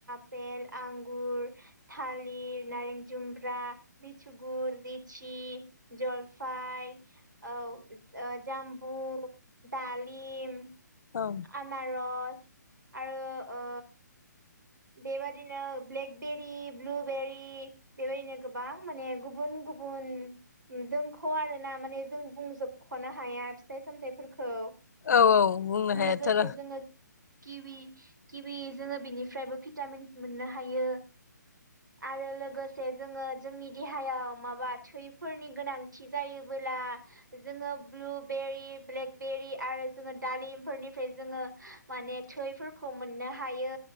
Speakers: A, on the right; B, on the left.
A: आपेल, आंगुर, थालिर, नारें जुमब्रा, लिसुगुर, लित्चि, यि जलफाय औ ओ जाम्बु, दालिम,
B: औ
A: आनारस आरो ओ बेबायदिनो ब्लेकबेरि, ब्लुबेरि बेबायदिनो गोबां माने गुबुन गुबुन दोंख' आरोना माने जों बुंजोबख'नो हाया फिथाइ सामथाइफोरखौ
B: औ औ बुंनो हायाथ'
A: लोगोसे
B: र'
A: जोङो किबि किबि जोङो बेनिफ्रायबो भिटामिन मोननो हायो। आरो लोगोसे जोङो जोंनि देहायाव माबा थैफोरनि गोनांथि जायोबोला आ जोङो ब्लुबेरि, ब्लेकबेरि आरो जोङो दालिमफोरनिफ्राय जोङो माने थैफोरखौ मोननो हायो